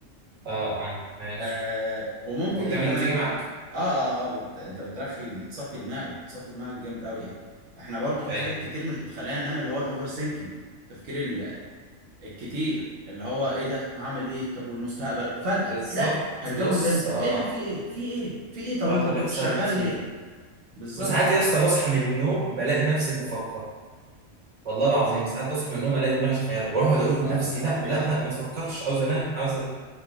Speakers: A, on the right; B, on the right.
A: اه اه ماشي
B: آه وممكن
A: هو بتعمل
B: ايه كمان
A: نتيجة معاك؟
B: اه اه, آه بت... انت بترخي بتصفي دماغك بتصفي دماغك جامد قوي يعني احنا برضو في
A: أيوة
B: حاجات كتير مش بتخلينا ننام اللي هو الاوفر سينكينج التفكير ال- الكتير اللي هو ايه ده هعمل ايه طب والمستقبل فجأة
A: بالظبط
B: تلاقي هتجوز
A: بص
B: امتى
A: اه
B: ايه ده في ايه في ايه في ايه طب
A: اه
B: انت
A: ده
B: ما
A: بيحصل
B: كنت شغال
A: لي كتير
B: ليه بالظبط
A: وساعات يا اسطى بصحى من النوم بلاقي نفسي بفكر والله العظيم ساعات بصحى من النوم الاقي دماغي شغاله واقعد
B: يا
A: اقول
B: نهار
A: لنفسي
B: ابيض
A: لا لا لا ما تفكرش عاوز انام عاوز